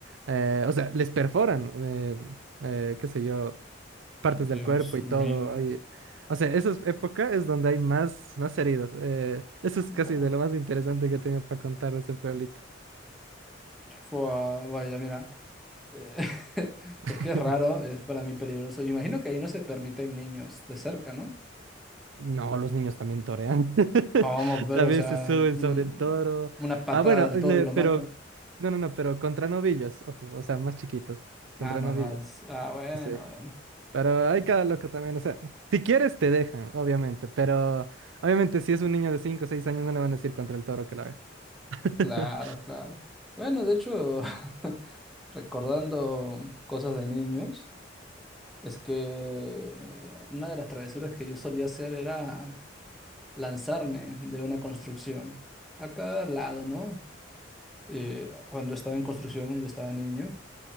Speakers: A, on the right; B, in the centre.
A: Eh, o sea, les perforan, eh, eh, qué sé yo, partes
B: Dios
A: del cuerpo y
B: mío.
A: todo. hay- O sea, esa es- época es donde hay más, más heridos. eh, eso es casi
B: Buah.
A: de lo más interesante que tengo para contar de ese pueblito.
B: Fua, vaya, mira. eh, <laughs>
A: <laughs>
B: es que es raro, es para mí peligroso. Imagino que ahí no se permiten niños de cerca, ¿no?
A: No, los niños también torean. <laughs>
B: ¿Cómo? Pero,
A: También
B: o sea,
A: se suben
B: un-
A: sobre el toro.
B: una patada
A: Ah, bueno,
B: del
A: le-
B: toro y lo
A: pero,
B: mata.
A: no, no, no, pero contra novillos, ojo, o sea, más chiquitos, contra
B: Ah, nomás.
A: novillos.
B: Ah, bueno,
A: sí
B: bueno.
A: Pero hay
B: Es-
A: cada loco también, o sea, si quieres te dejan, obviamente, pero obviamente si es un niño de 5 o 6 años no le van a decir contra el toro que lo haga. <laughs>
B: Claro, claro. Bueno, de hecho, <laughs> recordando cosas de niños, es que una de las travesuras que yo solía hacer era lanzarme de una construcción. A cada lado, ¿no? Eh, cuando estaba en construcción, yo estaba niño,